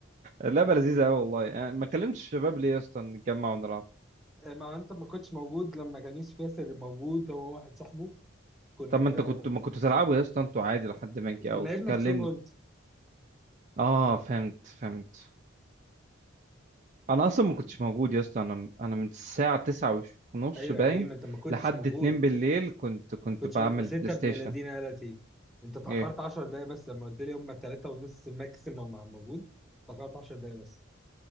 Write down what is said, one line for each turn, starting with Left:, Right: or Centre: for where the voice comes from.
Right: اللعبة لذيذة قوي والله يعني ما كلمتش الشباب ليه يا اسطى نتجمع ونلعب
Centre: ما هو انت ما كنتش موجود لما كان يوسف ياسر موجود هو واحد صاحبه كنا
Right: طب
Centre: كده
Right: ما انت كنت
Centre: نبقى
Right: ما كنت تلعبوا يا اسطى انتوا عادي لحد ما اجي
Centre: كنا
Right: او تكلمني
Centre: لعبنا سترونج هولد
Right: اه فهمت فهمت انا اصلا ما كنتش موجود يا اسطى انا انا من الساعه 9 ونص
Centre: ايوه
Right: باين
Centre: يا حبيبي ما انت ما كنتش
Right: لحد
Centre: موجود
Right: 2 بالليل كنت كنت
Centre: كنتش
Right: بعمل
Centre: موجود. بس
Right: بلاي
Centre: انت ابن
Right: ستيشن
Centre: الذين يا لطيف انت اتاخرت
Right: ايه
Centre: 10 دقايق بس لما قلت لي هم 3 ونص ماكسيمم موجود اتاخرت 10 دقايق بس